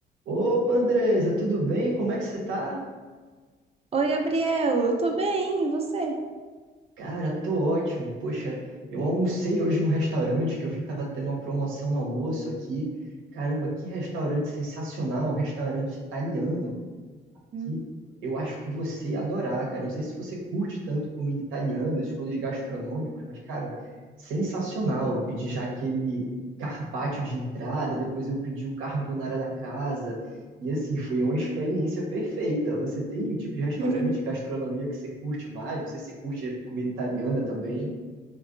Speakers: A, on the right; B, on the right.
A: Opa, Andresa, tudo bem? Como é que você tá?
B: Oi, Gabriel, eu tô bem, e você?
A: Cara, tô ótimo. Poxa, eu almocei hoje num restaurante que eu vi que tava tendo uma promoção no almoço aqui. Caramba, que restaurante sensacional, um restaurante italiano.
B: Hum.
A: que eu acho que você ia adorar, cara. Não sei se você curte tanto comida italiana, esses rolês gastronômicos, mas, cara, sensacional. Eu pedi já aquele carpaccio de entrada, depois eu pedi o carbonara da casa. E assim, foi uma experiência perfeita. Você tem o tipo de restaurante,
B: <laughs>
A: gastronomia que você curte mais? Não sei se você curte comida italiana também.